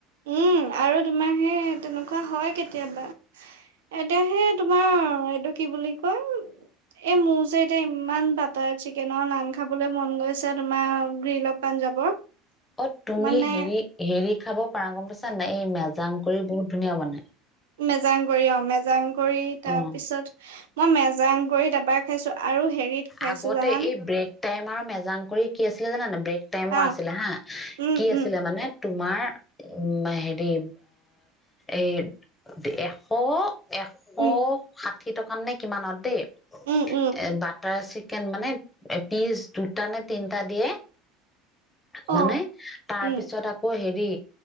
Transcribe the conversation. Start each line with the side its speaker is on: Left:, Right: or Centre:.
Right: উম আৰু তোমাৰ সেই তেনেকুৱা হয় কেতিয়াবা। এতিয়া সেই তোমাৰ এইটো কি বুলি কয় এই মোৰ যে এতিয়া ইমান বাটাৰ চিকেনৰ নান খাবলৈ মন গৈছে তোমাৰ গ্ৰীল অফ পাঞ্জাৱৰ।
Left: অ' তুমি
Right: মানে
Left: হেৰি হেৰি খাব পাৰা গম পাইছে। নাই এই মেজাংকৰি বহু ধুনীয়া বনাই।
Right: মেজাংকৰি অ' মেজাংকৰি। তাৰ
Left: অ
Right: পিছত মই মেজাংকৰিত এবাৰ খাইছোঁ। আৰু হেৰিত খাইছো
Left: আগতে
Right: জানান
Left: এই ব্ৰেক টাইম আৰু মেজাংকৰি কি আছিলে জানা নে নাই ব্ৰেক ক টাইমৰ
Right: অ
Left: আছিলে হা,
Right: উম
Left: কি আছিলে
Right: উম
Left: মানে তোমাৰ উম হেৰি এ এই এশ এশ
Right: উম
Left: ষাঠি টকা মানত নে কিমানত দেই।
Right: উম উম।
Left: এ বাটাৰ চিকেন মানে পিচ দুটা নে তিনটা দিয়ে
Right: অ
Left: মানে তাৰপিছত
Right: উম
Left: আকৌ হেৰি